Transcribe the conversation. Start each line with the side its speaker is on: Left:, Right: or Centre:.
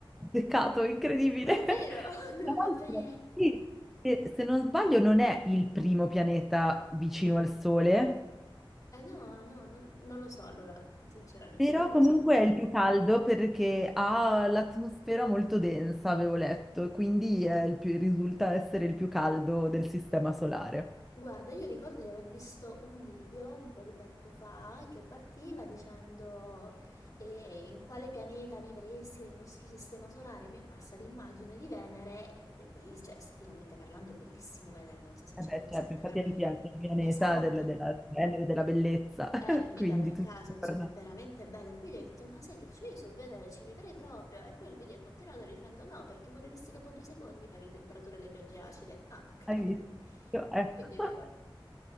Centre: Peccato, incredibile.
Left: Ma davvero?
Centre: <laughs> Tra
Left: <laughs> No,
Centre: l'altro,
Left: vabbè.
Centre: sì, e se non sbaglio non è il primo pianeta vicino al Sole.
Left: Eh no, no, non, non lo so, allora, sinceramente
Centre: Però
Left: non lo
Centre: comunque
Left: so.
Centre: è il più caldo perché ha l'atmosfera molto densa, avevo letto, e quindi è il più- risulta essere il più caldo del sistema solare.
Left: Guarda, io ricordo di aver visto un video un po' di tempo fa che partiva dicendo eh, in quale pianeta vivresti nel nostro sistema solare. Mi è apparsa l'immagine di Venere ed è bellissimo, cioè esteticamente parlando è bellissimo Venere, non so se
Centre: Eh
Left: ce
Centre: beh,
Left: l'hai presente,
Centre: certo, infatti
Left: però...
Centre: è il, pia- il pianeta
Left: Esatto,
Centre: del- della splendere, della bellezza, <laughs>
Left: Eh, mica
Centre: quindi
Left: per
Centre: tutto
Left: caso, insomma,
Centre: torna.
Left: è veramente bello. Quindi ho detto, ma sai che c'è io sul Venere, ci vivrei proprio. E poi il video è continuato dicendo no, perché moriresti dopo due secondi per le temperature e le piogge acide. Ah, ok.
Centre: Hai visto? Ecco.
Left: <laughs> Quindi vivo.
Centre: <laughs>